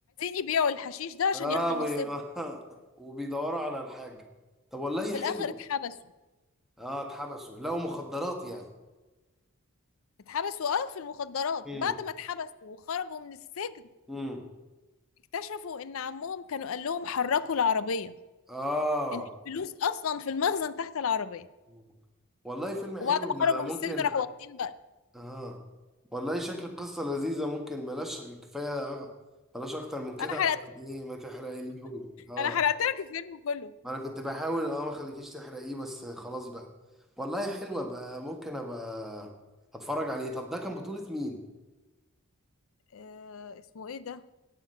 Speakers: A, on the left; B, in the centre.
A: يبيعوا الحشيش ده عشان
B: اه
A: ياخدوا
B: بي...
A: نصيبهم
B: <laughs> وبيدوروا على الحاجه طب والله
A: وفي
B: حلو
A: الآخر اتحبسوا
B: اه اتحبسوا لقوا مخدرات يعني
A: اتحبسوا اه في المخدرات
B: امم
A: بعد ما اتحبسوا وخرجوا من السجن
B: امم
A: اكتشفوا ان عمهم كانوا قال لهم حركوا العربية
B: اه
A: ان الفلوس اصلا في المخزن تحت العربية
B: مم. والله فيلم حلو
A: وبعد ما
B: انا
A: خرجوا
B: ممكن
A: من السجن راحوا واخدين بقى
B: اه والله شكل القصة لذيذة ممكن بلاش كفاية أغ... بلاش اكتر من كده
A: انا حرقت
B: عشان ايه ما تحرقيليهوش اه
A: انا حرقت لك الفيلم كله
B: ما انا كنت بحاول اه ما خليكيش تحرقيه بس خلاص بقى والله حلوة بقى ممكن ابقى اتفرج عليه طب ده كان بطولة مين
A: آه اسمه ايه ده